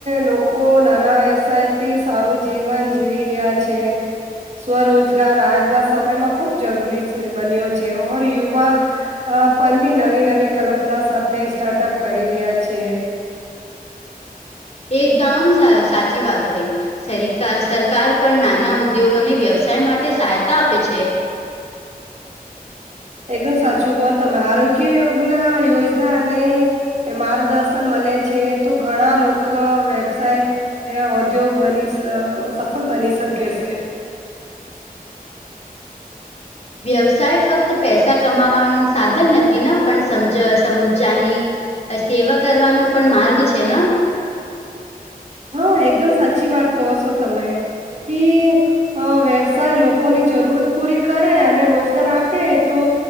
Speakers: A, on the right; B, on the left.
A: લોકો નાના વ્યવસાય થી સારું જીવન જીવી રહ્યા છે છે સ્વરોજગાર આજના સમયમાં ખૂબ જરૂરી છે બન્યો છે ઓર યુવા અ પણન બી નવી નવી કલ્પના સાથે સ્ટાર્ટઅપ કરી રહ્યા છે
B: એકદમ સાચી વાત થઈ સર સરકાર પણ નાના ઉદ્યોગોને વ્યવસાય માટે સહાયતા આપે છે
A: એકદમ સાચું કહ તમે આરોગ્ય યોગના યોજના અને એ માર્ગદર્શન મળે છે તો ઘણા લોકો વ્યવસાય એ ઔદ્યોગ બની સફળ બની શકે છે
B: વ્યવસાય ફક્ત પૈસા કમાવાનું સાધન નથી પણ સમજ સમજાની સેવા કરવાનો પણ માર્ગ છે ને
A: હા એકદમ સાચી વાત કહો છો તમે કે અ વ્યવસાય લોકોની જરૂરત પૂરી કરે અને રોજગાર આપે તો